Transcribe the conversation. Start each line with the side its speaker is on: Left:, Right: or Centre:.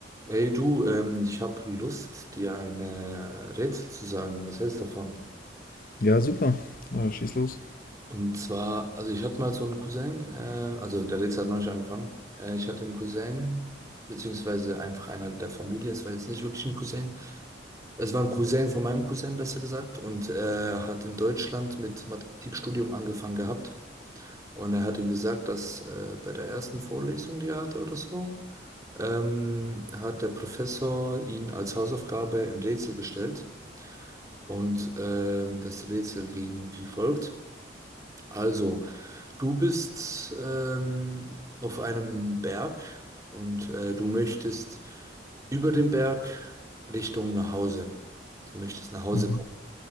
Right: Ey du, ähm, ich habe Lust, dir ein äh, Rätsel zu sagen. Was hältst du davon?
Left: Ja, super. Aber schieß los.
Right: Und zwar, also ich hatte mal so einen Cousin, äh, also der Rätsel hat noch nicht angefangen. Äh, ich hatte einen Cousin, beziehungsweise einfach einer der Familie, es war jetzt nicht wirklich ein Cousin. Es war ein Cousin von meinem Cousin, besser gesagt, und äh, hat in Deutschland mit Mathematikstudium angefangen gehabt. Und er hat ihm gesagt, dass äh, bei der ersten Vorlesung, die er hatte oder so, ähm, hat der Professor ihn als Hausaufgabe ein Rätsel gestellt. Und ähm, das Rätsel ging wie folgt. Also, du bist ähm, auf einem Berg und äh, du möchtest über den Berg Richtung nach Hause. Du möchtest nach Hause
Left: Mhm,
Right: kommen.